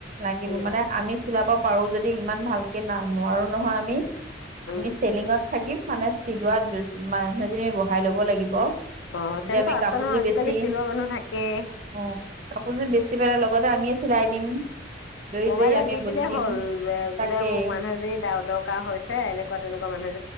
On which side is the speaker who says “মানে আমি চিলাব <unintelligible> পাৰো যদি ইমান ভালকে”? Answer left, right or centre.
Right